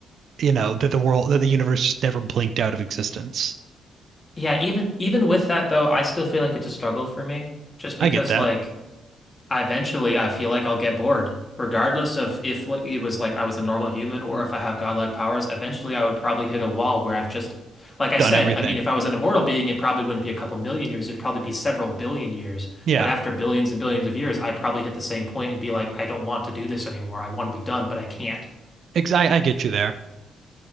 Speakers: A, on the right (about 50°); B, on the left (about 30°).
A: you know, that the world that the universe just never blinked out of existence.
B: Yeah, even even with that though, I still feel like it's a struggle for me just because
A: I get that.
B: like I eventually I feel like I'll get bored regardless of if like it was like I was a normal human or if I have godlike powers, eventually I would probably hit a wall where I've just like I
A: Done
B: said,
A: everything.
B: I mean if I was an immortal being it probably wouldn't be a couple million years, it'd probably be several billion years,
A: Yeah.
B: but after billions and billions of years, I'd probably hit the same point and be like I don't want to do this anymore. I want to be done, but I can't.
A: Ex I, I get you there.